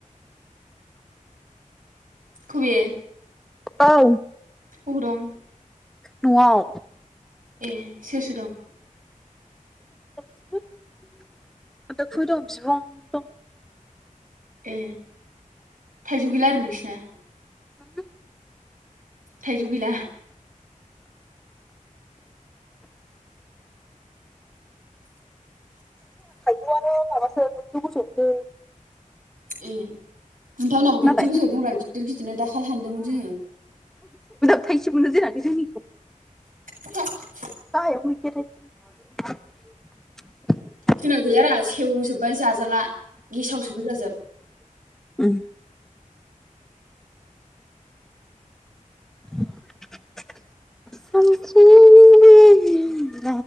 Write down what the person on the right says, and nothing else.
खुुबे
उब दं?
ए सोर सोर दं?
ए थाइजौ गैला आरो नोंसिना?
थाइजौ गैला?
ए <unintelligible> नावो
गोजौ गोजौआव दं ब्रा गिदिर गिदिरनो दाखालि हानदोंमोन जोङो।
<unintelligible>
जोंनाव गैयारा सेवजोबबाय जाजाला गेसावसोबो जाजोब